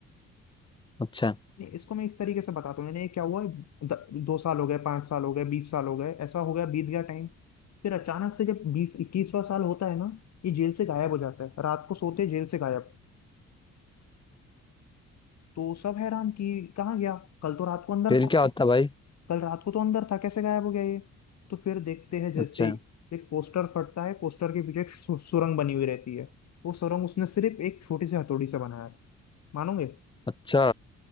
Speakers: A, on the left (about 15°); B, on the left (about 60°).
A: अच्छा
B: नहीं इसको मैं इस तरीके से बताता हूँ यानी क्या हुआ द- दो साल हो गए पांच साल हो गए बीस साल हो गए ऐसा हो गया बीत गया टाइम फिर अचानक से जब बीस इक्कीसवां साल होता है ना ये जेल से गायब हो जाता है रात को सोते जेल से गायब तो सब हैरान कि कहाँ गया कल तो रात को अंदर
A: फिर
B: था
A: क्या होता भाई
B: कल रात को तो अंदर था कैसे गायब हो गया ये तो फिर देखते हैं जैसे
A: अच्छा
B: ही एक पोस्टर फटता है पोस्टर के पीछे एक सु- सुरंग बनी हुई रहती है वो सुरंग उसने सिर्फ एक छोटी सी हथौड़ी से बनाया था मानोगे
A: अच्छा